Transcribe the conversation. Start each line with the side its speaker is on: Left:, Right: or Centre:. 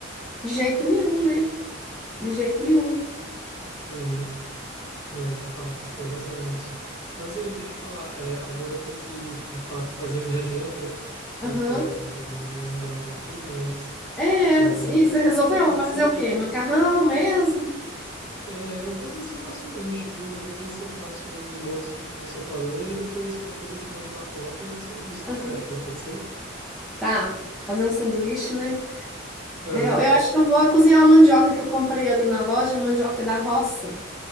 Centre: de jeito nenhum, né? De jeito nenhum.
Left: Uhum, não, de fato, você tem razão nisso. Mas aí, deixa eu falar, é, agora eu tenho que, de fato, fazer minha <laughs> janta,
Centre: Aham.
Left: porque tá dando meu horário aqui, mas
Centre: É,
Left: é, a gente
Centre: e
Left: vai
Centre: você
Left: se
Centre: resolveu
Left: falando, pode
Centre: Vai fazer
Left: ser?
Centre: o quê? Macarrão mesmo?
Left: É, eu vou ver se eu faço um lanche, viu? Eu vou ver se eu faço um nos moldes do que você falou, e aí depois, qualquer coisa, eu te mando uma foto e você me diz o que
Centre: Aham.
Left: que você achou, pode ser?
Centre: Tá, fazer um sanduíche, né?
Left: Aham.
Centre: É, eu eu acho que eu vou cozinhar uma mandioca que eu comprei ali na loja, mandioca da roça.